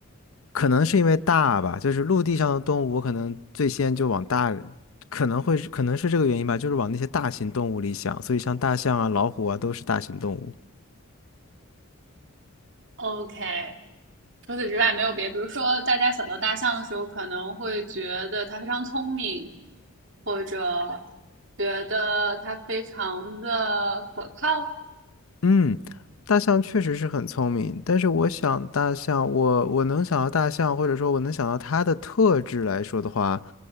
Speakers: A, on the left (about 70°); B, on the right (about 55°).
A: 可能是因为大吧，就是陆地上的动物，我可能最先就往大，可能会是可能是这个原因吧，就是往那些大型动物里想，所以像大象啊、老虎啊都是大型动物。
B: OK，除此之外没有别的，比如说大家想到大象的时候，可能会觉得它非常聪明，或者觉得它非常的可靠。
A: 嗯，大象确实是很聪明，但是我想大象，我我能想到大象，或者说我能想到它的特质来说的话，